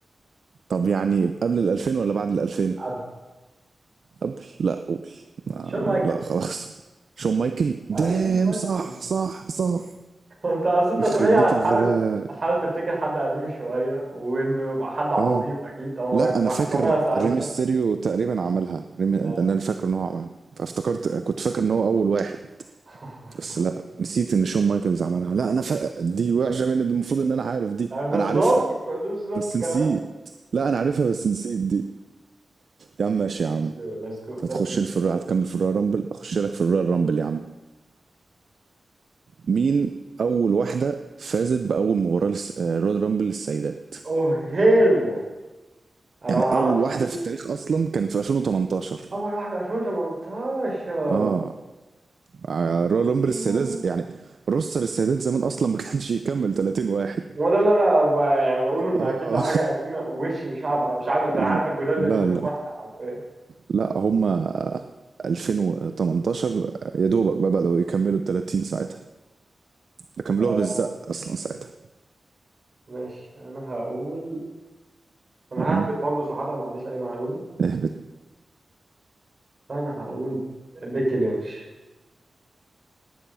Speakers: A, on the right; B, on the right.
A: طب يعني قبل ال 2000 ولا بعد ال 2000
B: أبي.
A: قبل لا قول آه
B: شلون ما يكون؟
A: لا خلاص شون مايكل دام
B: آه شلون ما
A: صح
B: يكون؟
A: صح صح
B: انت اصل انت
A: يخرب
B: طبيعي
A: بيت
B: هتحاول
A: الغباء
B: هتحاول تفتكر حد قديم شويه وانه يبقى حد عظيم
A: اه
B: اكيد طالما
A: لا
B: رقم
A: انا
B: واحد
A: فاكر
B: طالما انا سالتك
A: ريمستيريو تقريبا عملها ريمي...
B: يعني-
A: انا فاكر ان هو عملها فافتكرت كنت فاكر ان هو اول واحد
B: <laughs>
A: بس لا نسيت ان شون مايكلز عملها لا انا فاق دي وحشه من المفروض ان انا عارف دي
B: بالظبط
A: انا عارفها
B: بالظبط
A: بس
B: كمان
A: نسيت لا انا عارفها بس نسيت دي يا عم ماشي يا عم
B: Let's go let's go let's
A: هتخش
B: go
A: لي في الرويال هتكمل في الرويال رامبل اخش لك في الرويال رامبل يا عم مين اول واحده فازت باول مباراه للس- آه، رويال رامبل للسيدات
B: oh hell no انا
A: يعني
B: ما
A: اول
B: اعرفش
A: واحده في التاريخ اصلا كانت في 2018
B: اول واحده 2018
A: اه آه، رويال رامبل
B: أوه.
A: السيدات ز- يعني روستر السيدات زمان اصلا ما كانش يكمل 30 واحد
B: هو ده اللي انا ب... يعني بقوله ان
A: اه
B: اكيد لو حاجه قديمه وش مش عارف انا مش عارف
A: <laughs>
B: انت عارف الجداد يا دوب
A: لا
B: كام
A: لا
B: واحده حرفيا
A: لا هما 2018 يا دوبك بقى بدأوا يكملوا ال 30 ساعتها ده كملوها
B: آه،
A: بالزق اصلا ساعتها
B: ماشي انا هقول انا
A: اه
B: ههبط برضه صراحه ما عنديش اي معلومه
A: اهبط
B: انا هقول بيكي لينش